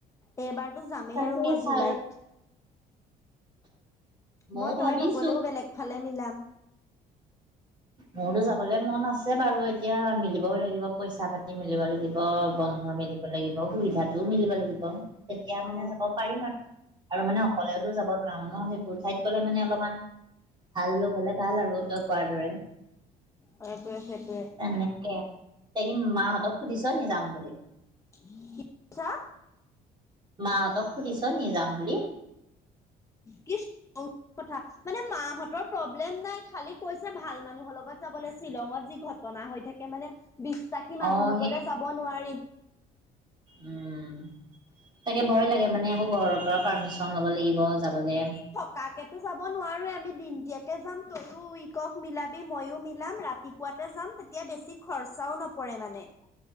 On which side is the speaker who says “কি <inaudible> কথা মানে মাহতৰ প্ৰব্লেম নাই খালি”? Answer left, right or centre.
Left